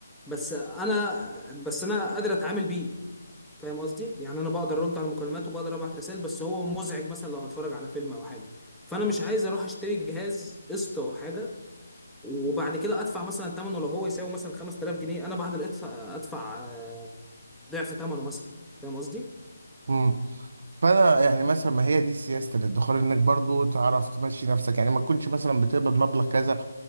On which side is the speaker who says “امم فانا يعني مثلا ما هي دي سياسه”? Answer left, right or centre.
Right